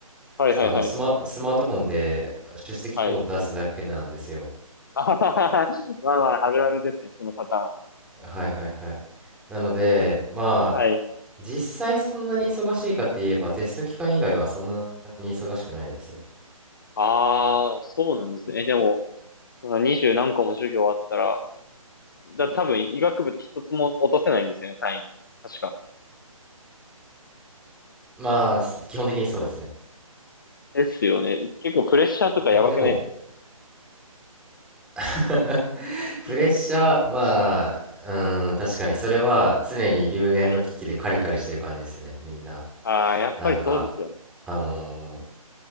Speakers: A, on the left; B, in the centre.
A: はい、はい、
B: あのスマ、
A: はい、
B: スマートフォンで出席コード出すだけなんですよ。
A: はい。<laughs> あははは、まあまあ、あるあるですね、そのパターンは。
B: はいはいはい。なので、まあ、
A: はい。
B: 実際そんなに忙しいかって言えば、テスト期間以外はそんなに忙しくないですね。
A: ああ、そうなんですね。え、でも、その二十何個も授業あったら、だ、多分医学部って一つも落とせないんですよね、単位。確か。
B: まあ、す基本的にそうですね。
A: ですよね。結構プレッシャーとかやばくないですか、
B: まあでも、
A: それ。
B: <laughs> プレッシャー、
A: <laughs>
B: まあ、うん、確かにそれは常に留年の危機でカリカリしてる感じですね、
A: はい。
B: みんな。
A: ああ、やっぱりそうですよね。
B: なんか、あの